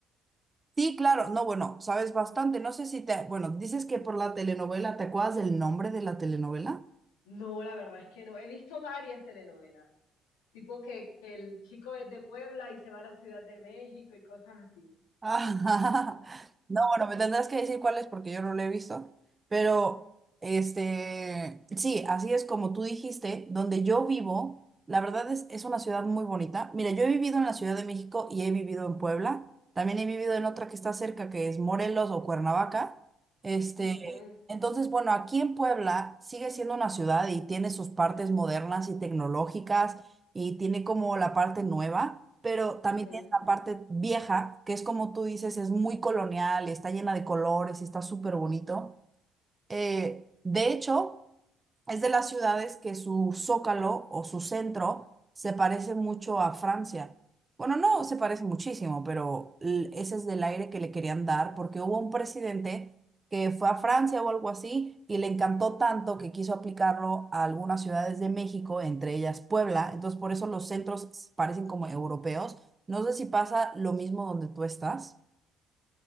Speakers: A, on the right; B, on the left.
A: Sí, claro. No, bueno, sabes bastante. No sé si te. Bueno, dices que por la telenovela, ¿te acuerdas del nombre de la telenovela?
B: No, la verdad es que no. He visto varias telenovelas, tipo que, que el chico es de Puebla y se va a la Ciudad de México y cosas así.
A: Ah, <laughs> no, bueno, me tendrás que decir cuál es porque yo no lo he visto, pero este, sí, así es como tú dijiste, donde yo vivo, la verdad es, es una ciudad muy bonita. Mira, yo he vivido en la Ciudad de México y he vivido en Puebla, también he vivido en otra que está cerca, que es Morelos o Cuernavaca. Este,
B: Ujú,
A: entonces, bueno, aquí en Puebla sigue siendo una ciudad y tiene sus partes modernas y tecnológicas y tiene como la parte nueva. Pero también
B: ujú.
A: parte vieja, que es como tú dices, es muy colonial, está llena de colores está súper bonito. Eh, de hecho, es de las ciudades que su zócalo o su centro se parece mucho a Francia. Bueno, no se parece muchísimo, pero l- ese es del aire que le querían dar porque hubo un presidente que fue a Francia o algo así y le encantó tanto que quiso aplicarlo a algunas ciudades de México, entre ellas Puebla. Entonces, por eso los centros s- parecen como europeos. No sé si pasa lo mismo donde tú estás.